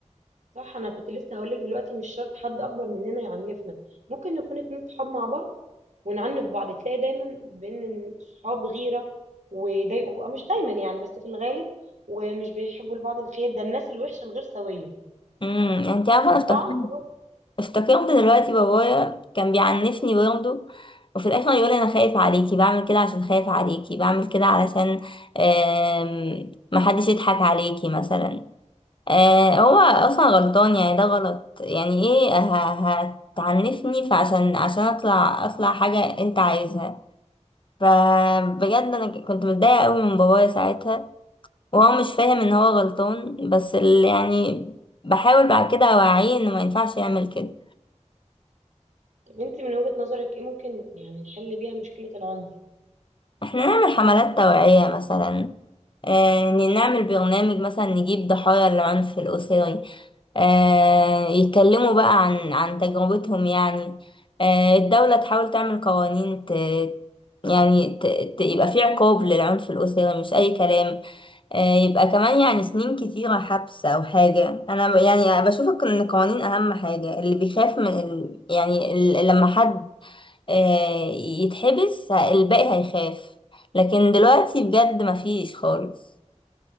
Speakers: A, on the right; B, on the left.
A: صح أنا كنت لسه هقولك دلوقتي مش شرط حد أكبر مننا يعنفنا ممكن نكون اتنين صحاب مع بعض ونعنف بعض تلاقي دايما بين الصحاب غيرة ويضايقوا بقى مش دايما يعني بس في الغالب ومش بيحبوا لبعض الخير ده الناس الوحشة الغير سوية
B: امم انت عارفه انا افتكرت
A: ده عنف برضه
B: افتكرت دلوقتي بابايا كان بيعنفني برضه وفي الاخر يقول انا خايف عليكي بعمل كده عشان خايف عليكي بعمل كده علشان آم، محدش يضحك عليكي مثلا آه، هو اصلا غلطان يعني ده غلط يعني ايه ه- هتعنفني فعشان عشان اطلع اطلع حاجة انت عايزها فبجد انا ك- كنت متضايقة قوي من بابايا ساعتها وهو مش فاهم ان هو غلطان بس ال- يعني بحاول بعد كده اوعيه انه ما ينفعش يعمل كده
A: طب انت من وجهة نظرك ايه ممكن يعني نحل بيها مشكلة العنف
B: احنا نعمل حملات توعية مثلا آه نعمل برنامج مثلا نجيب ضحايا العنف الأسري آه يتكلموا بقى عن عن تجربتهم يعني آه الدولة تحاول تعمل قوانين ت يعني ت ت يبقى في عقاب للعنف الأسري مش أي كلام آه يبقى كمان يعني سنين كتيرة حبس أو حاجة أنا ب- يعني بشوف إن القوانين أهم حاجة اللي بيخاف من ال يعني ال لما حد آه، يتحبس الباقي هيخاف لكن دلوقتي بجد مفيش خالص